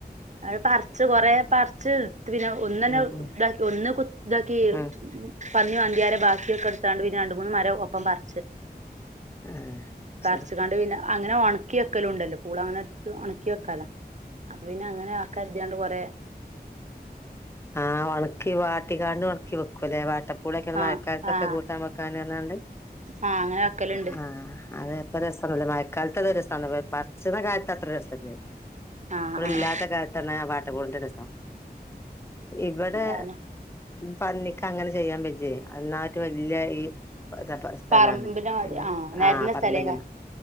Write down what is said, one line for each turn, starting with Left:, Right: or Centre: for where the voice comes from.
Right: അത് പറിച്ച് കൊറെ പറിച്ച് പിന്നെ ഒന്നന്നെ
Left: ഉം ഉം
Right: ഇതാക്കി ഒന്ന് കു ഇതാക്കി
Left: ആഹ്
Right: പന്നി മാന്തിയാരെ ബാക്കിയൊക്കെ ഇടുത്തണ്ട് പിന്നെ രണ്ട് മൂന്ന് മരം ഒപ്പം പറിച്ച്
Left: ആഹ്
Right: പറിച്ച്കാണ്ട്
Left: ശരി
Right: പിന്നെ അങ്ങനെ ഒണക്കി വെക്കലും ഉണ്ടല്ലോ പൂള അങ്ങനെടുത്ത് ഒണക്കി വെക്കാലോ അപ്പൊ പിന്നെ അങ്ങെ ആക്കാദ്യാണ്ട് കൊറെ
Left: ങാ ഒണക്കി വാട്ടികാണ്ട് ഒണക്കി വെക്കൂല്ലേ വാ കൂടെക്കുടെ
Right: ആഹ്
Left: മഴക്കാലത്തൊക്കെ
Right: ആഹ്
Left: കൂട്ടാൻ വെക്കാന്ന് പറഞ്ഞാണ്ട്
Right: ആഹ് അങ്ങനെ വെക്കലുണ്ട്
Left: <unintelligible> മഴക്കാലത്ത് അത് രസാണ് പർച്ച്ണ കാലത്ത് അ അത്രസല്ല്യ
Right: ആഹ്
Left: ഇവിടെ
Right: ആഹ്
Left: ഇല്ലാത്ത കാലത്താണ് അവൻ <unintelligible> ഇവിടെ
Right: അതന്നെ
Left: പന്നിക്ക് അങ്ങനെ ചെയ്യാൻ പറ്റേ എന്നാ ഏറ്റോം വല്യ ഈ സ്ഥലാണ്
Right: പറമ്പിന്റെ മാതിരി
Left: പിന്നെ
Right: ആഹ്
Left: ങാ
Right: നെരന്ന
Left: പറമ്പിൻറെണ്ണ
Right: സ്ഥലേക്കാരം